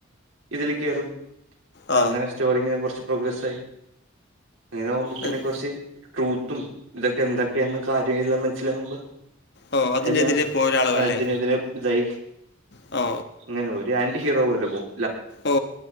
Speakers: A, on the right; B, on the left.
A: ഇതിലേ കയറും
B: ആ
A: അങ്ങനെ സ്റ്റോറിങ്ങിനെ കുറച്ച് പ്രോഗ്രസ് ആയി അങ്ങനെ ആകുമ്പോൾ പിന്നെ
B: എ-
A: കുറച്ച് ട്രൂത്തും ഇതൊക്കെ എന്തൊക്കെയ കാര്യ മനസിലകുമ്പോ
B: ഓ അതിനെതിരെ
A: എല്ലാം
B: പോരാളും അല്ലേ
A: ഇതിനതിന് ഇതായി
B: ഓ
A: അങ്ങനെ പോ ഒരു ആന്റി ഹീറോ പോലെ പോവും
B: ഓ